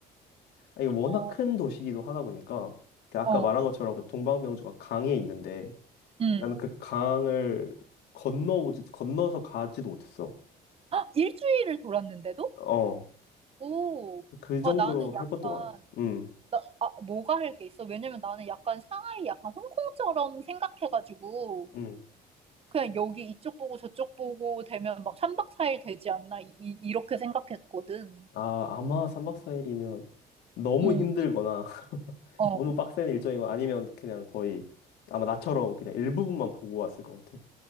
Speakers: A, on the left; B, on the right.
A: 이게 워낙
B: 어,
A: 큰 도시이기도 하다 보니까 그 아까
B: 어,
A: 말한 것처럼 그 동방명주가 강에 있는데
B: 음.
A: 나는 그 강을 건너보지 건너서 가지도 못했어.
B: 아 일주일을 돌았는데도?
A: 어,
B: 오,
A: 그 정도로
B: 아, 나는
A: 할
B: 약간,
A: 것도 많아. 음,
B: 나, 아, 뭐가 할 게 있어? 왜냐면 나는 약간 상하이 약간 홍콩처럼 생각해가지고,
A: 음.
B: 그냥 여기 이쪽 보고 저쪽 보고 되면 막 삼박사일 되지 않나, 이, 이- 이렇게 생각했거든.
A: 아, 아마 3박 4일이면 너무
B: 음,
A: 힘들거나 <laughs>
B: 어.
A: 너무 빡센 일정이고 아니면 그냥 거의 아마 나처럼 그냥 일부분만 보고 왔을 것 같아.